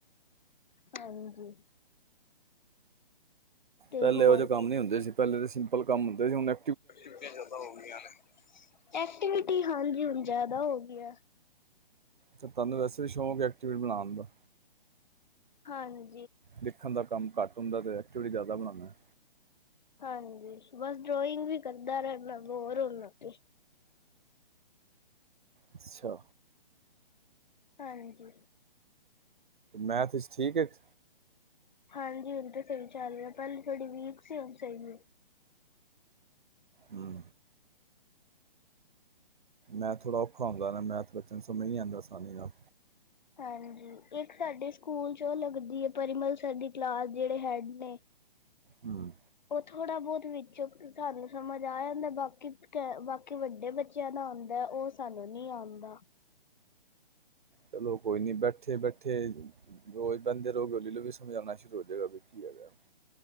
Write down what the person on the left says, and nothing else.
ਹਾਂਜੀ। ਤੇ
ਹੋਰ
ਐਕਟੀਵਿਟੀਆਂ ਜ਼ਿਆਦਾ ਹੋ ਗਈਆਂ ਨੇ ਐਕਟੀਵਿਟੀ ਹਾਂਜੀ ਹੁਣ ਜਿਆਦਾ ਹੋ ਗਈਆਂ।
ਹਾਂ ਨ
ਹਾਂਜੀ, ਬਸ ਡਰੋਇੰਗ ਵੀ ਕਰਦਾ ਰਹਿਣਾਂ ਬੋਰ ਹੋਨਾ ਤੇ
ਹਾਂਜੀ।
ਹਾਂਜੀ ਹੁਣ ਤਾਂ ਸਹੀ ਚੱਲ ਰਿਹਾ ਪਹਲੇ ਥੋੜੀ ਵੀਕ ਸੀ ਹੁਣ ਸਹੀ ਰ।
ਹਾਂਜੀ, ਇੱਕ ਸਾਡੇ ਸਕੂਲ ਚ ਉਹ ਲੱਗਦੀ ਆ ਪਰਿਮਲ ਸਰ ਦੀ ਕਲਾਸ ਜਿਹੜੇ ਹੈਡ ਨੇ
ਉਹ ਥੋੜ੍ਹਾ ਬਹੁਤ ਵਿੱਚੋ ਸਾਨੂੰ ਸਮਝ ਆ ਜਾਂਦਾ। ਬਾਕੀ ਤੇ ਬਾਕੀ ਵੱਡੇ ਬੱਚਿਆਂ ਦਾ ਆਉਂਦਾ ਉਹ ਸਾਨੂੰ ਨਹੀਂ ਆਉਂਦਾ।